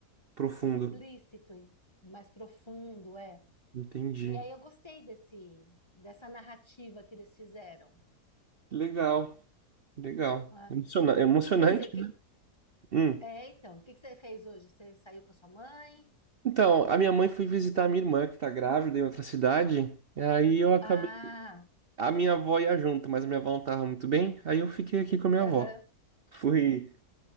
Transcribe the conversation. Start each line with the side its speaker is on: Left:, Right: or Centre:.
Right: Profundo.
Left: explícito, hein? mais profundo, é.
Right: Entendi.
Left: E aí eu gostei desse dessa narrativa que eles fizeram.
Right: Legal, legal.
Left: né?
Right: Emociona- Emocionante.
Left: E você, que
Right: Hum.
Left: é, então, o que que você fez hoje? Você saiu com a sua mãe?
Right: Então, a minha mãe foi visitar a minha irmã, que tá grávida em outra cidade. E aí eu acabei.
Left: Ah,
Right: A minha avó ia junto, mas a minha avó não tava muito bem. Aí eu fiquei aqui com a minha
Left: aham,
Right: avó. Fui